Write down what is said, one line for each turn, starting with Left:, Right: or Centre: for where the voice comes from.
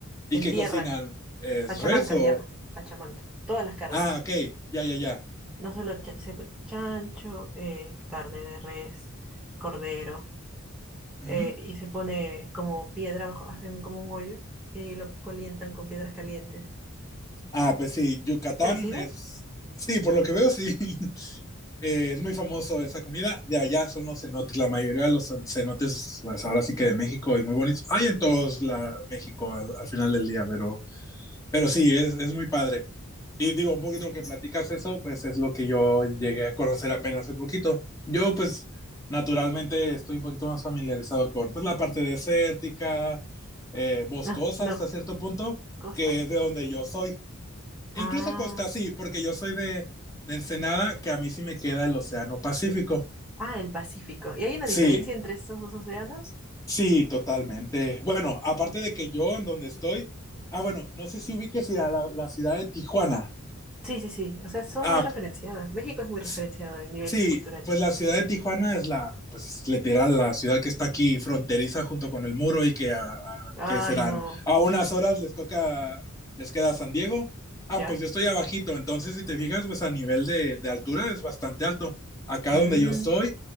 Centre: se
Left: ¿Y
Centre: entierran,
Left: qué cocinan? ¿Es
Centre: Pachamanca
Left: res o...?
Centre: se llama, Pachamanca, todas las carnes,
Left: Ah, ok, ya, ya, ya.
Centre: no solo cha- seco- chancho, eh, carne de res, cordero.
Left: Ujú.
Centre: eh, y se pone como piedra abajo, hacen como un hoyo y ahí lo calientan con piedras calientes.
Left: Ah, pues sí, Yucatán
Centre: ¿Es parecido?
Left: es... Sí, por lo que veo, sí. Eh, es muy famoso esa comida. De allá son los cenotes. La mayoría de los cenotes, pues ahora sí que de México y muy bonitos. Hay en todos la México al, al final del día, pero, pero sí, es, es muy padre. Y digo, un poquito lo que platicas eso, pues es lo que yo llegué a conocer apenas un poquito. Yo, pues, naturalmente estoy un poquito más familiarizado con pues, la parte desértica, eh, boscosa
Centre: No, no,
Left: hasta cierto punto,
Centre: costa.
Left: que es de donde yo soy.
Centre: Ah,
Left: E Incluso Costa sí, porque yo soy de, de Ensenada, que a mí sí me queda el Océano Pacífico.
Centre: ah, el Pacífico. ¿Y hay una
Left: Sí,
Centre: diferencia entre estos dos océanos?
Left: sí, totalmente. Bueno, aparte de que yo en donde estoy, ah, bueno, no sé si ubiques ir a la, la ciudad de Tijuana.
Centre: Sí, sí, sí, o sea, son
Left: Ah,
Centre: muy referenciadas. México es muy referenciado
Left: s-
Centre: en nivel
Left: Sí,
Centre: cultural.
Left: pues la ciudad de Tijuana es la, pues literal, la ciudad que está aquí fronteriza junto con el muro y que, a- a-
Centre: Ay,
Left: que serán
Centre: no,
Left: a unas horas les toca, les queda San Diego.
Centre: ¿ya?
Left: Ah, pues yo estoy abajito, entonces si te fijas, pues a nivel de, de altura es bastante alto. Acá
Centre: Mm.
Left: donde yo estoy,